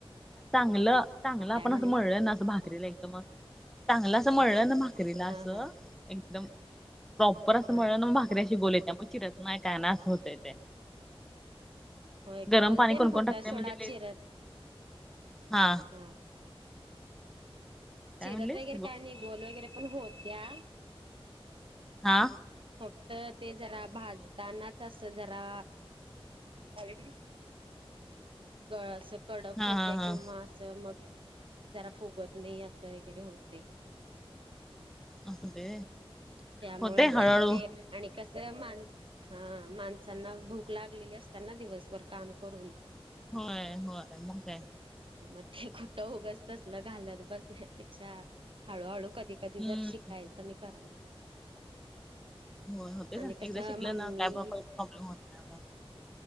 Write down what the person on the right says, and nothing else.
काय
म्हणला
हा
हा
हा
हा
होय
गोल
तेन
होत्या
सोडा
चिरत
हा
चिरत
वगैरे काय नाही गोल वगैरे पण होत्या
फक्त ते जरा भाजताना तसं जरा <inaudible> कडक
होत्या
किंवा असं मग जरा फुगत नाही असं वगैरे होते.
त्यामुळं
जरा
ते आणि कस मान हा माणसांना भूक लागलेली असताना दिवसभर काम करून.
मग ते कुठं उगच तसलं घालत बसण्यापेक्षा हळूहळू कधी कधीतर
शिकायचं आणि करायचं.
आणि
कसं
मम्मी